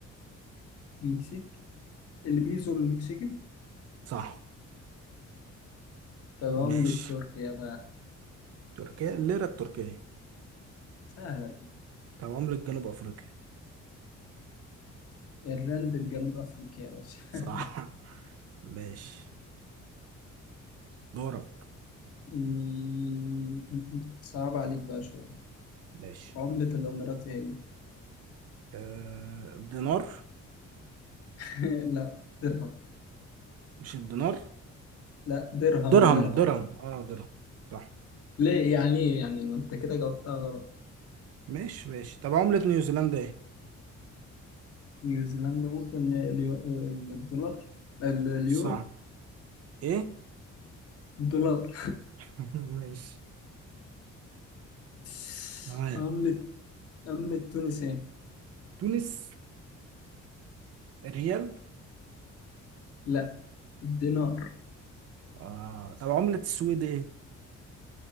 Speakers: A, on the left (about 50°); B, on the right (about 55°).
A: المكسيك البيزو المكسيكي
B: صح
A: طب عملة
B: ماشي
A: تركيا بقى
B: تركيا الليره التركيه
A: سهلة
B: طب عمله جنوب افريقيا
A: الرند الجنوب أفريقيا يا باشا
B: صح <laughs> ماشي دورك
A: <laughs> م- صعب عليك بقى شوية
B: ماشي
A: عملة الإمارات هي إيه؟
B: آه الدينار
A: هي؟ <laughs> لا درهم
B: مش الدينار
A: لا درهم
B: درهم
A: درهم
B: درهم اه درهم صح
A: ليه يعني إيه يعني ما أنت كده جاوبتها غلط
B: ماشي ماشي طب عمله نيوزيلندا ايه
A: نيوزيلندا ممكن اليو- الدولار ال- اليورو
B: صح ايه
A: الدولار
B: <laughs> ماشي
A: <laughs>
B: تمام
A: عملة عملة تونس إيه؟
B: تونس ريال
A: لا دينار
B: آه. طب عملة السويد ايه؟